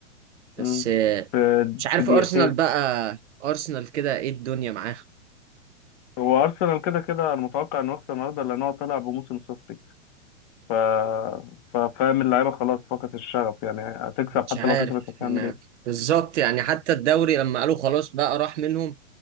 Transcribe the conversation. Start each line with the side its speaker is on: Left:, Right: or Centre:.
Right: بس
Left: مم.
Right: آه،
Left: في
Right: مش عارف
Left: في دقيقتين
Right: ارسنال بقى ارسنال كده ايه الدنيا معاها
Left: هو ارسنال كده كده انا متوقع انه يخسر النهارده لان هو طلع بموسم صفري ف... ف- فاهم اللعيبه خلاص فقدت الشغف يعني هتكسب
Right: مش
Left: حتى
Right: عارف
Left: لو كسبت هتعمل
Right: انا
Left: ايه
Right: بالظبط يعني حتى الدوري لما قالوا خلاص بقى راح منهم